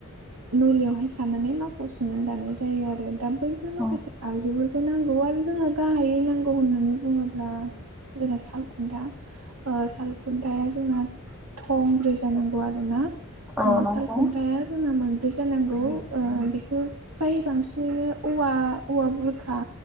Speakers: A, on the right; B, in the centre.
A: नलियावहाय सानानै मखौ सोनानै दानाय जायो आरो दा बैफोर माखासे
B: औ
A: आगजुफोरखौ नांगौ आरो जोंहा गाहायै नांगौ होननानै बुङोब्ला जोंना सालखुन्था सालखुन्थाया जोंना थंब्रै जानांगौ आरोना
B: औ नंगौ
A: सालखथा हाया जोंना मोनब्रै जानांगौ बेखौ फ्राय बांसिनैनो औवा औवा बुरखा